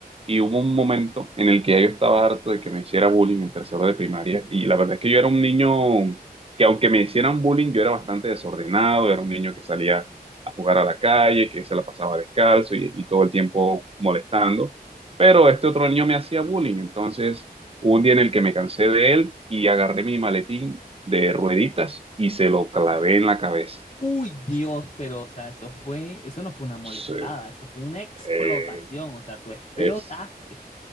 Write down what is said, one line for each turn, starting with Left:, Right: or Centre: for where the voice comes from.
Right: y hubo un momento en el que ya yo estaba harto de que me hiciera bullying en tercero de primaria. Y la verdad es que yo era un niño que aunque me hicieran bullying, yo era bastante desordenado, era un niño que salía a jugar a la calle, que se la pasaba descalzo y, y todo el tiempo molestando. Pero este otro niño me hacía bullying. Entonces, hubo un día en el que me cansé de él y agarré mi maletín de rueditas y se lo clavé en la cabeza.
Left: Uy, Dios, pero o sea, eso fue, eso no fue una molestada,
Right: Sí,
Left: eso fue una explotación,
Right: eh,
Left: o sea, tú explotaste.
Right: es,